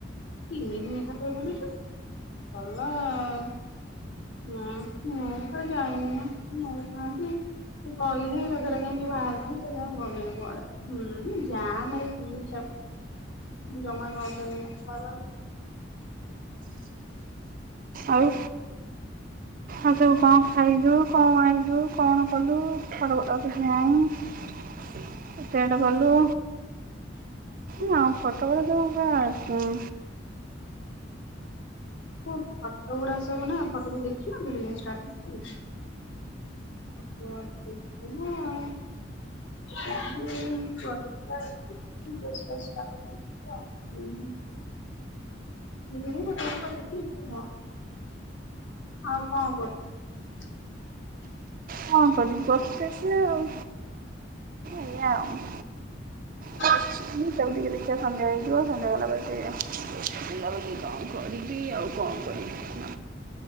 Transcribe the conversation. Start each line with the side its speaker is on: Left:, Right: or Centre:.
Left: ତିନି ଦିନି ଏକା ଥରେ ବୁଲୁଚୁ ଭଲ ଆଉ। ହଁ ମୁ କୁଆଡେ ଯାଇନି ମ ଯାଇଥାନ୍ତି। ମୁଁ କହିଲି ଏଥର କାହିଁ କିଏ ବାହାରିଲେନି ସେଥି ପାଇଁ ଗଲିନି କୁଆଡେ। ହୁଁ ଯାମ ରେ କିଏ ଯାଉଚି। ଜମା ଗଲିନି ଇଚ୍ଛା ହେଲାନି।
Right: ଆଉ ଆଉ ସବୁ କଣ ଖାଇଲୁ କଣ ଆଇଲୁ କଣ କଲୁ <unintelligible> ମ୍ୟାମ୍ କେତେ ବାଟ ଗଲୁ?
Left: <inaudible>
Right: ନା
Left: ଆଉ।
Right: ସତକଥା ସବୁ ପା ଉଁ
Left: ହଁ ଫଟୋ ଗୁଡା ସବୁ ନା ଫଟୋ କୁ ଦେଖି ନଥିଲୁ ନା ଷ୍ଟାଟସ ପକେଇଚି? <unintelligible> <unintelligible> ଦେଖିବ? ମୁଁ ଗୋଟେ ଗୋଟେ ପଖେଇଥିଲି ବେଶୀ ନୁହଁ। ଆଉ କଣ କରୁଛୁ?
Right: କଣ କରିବି ବସିଛି ଆଉ ଏଇଆ ଆଉ।
Left: <inaudible>
Right: ମୁଁ ତାକୁ ଟିକେ ଦେଖିବା ସନ୍ଧ୍ୟା ହେଇଯିବ ସନ୍ଧ୍ୟା ହେଲା ପରେ ଟିକେ ବୁଲା ବୁଲି କଣ। କରିବି ଆଉ କଣ କରିବି।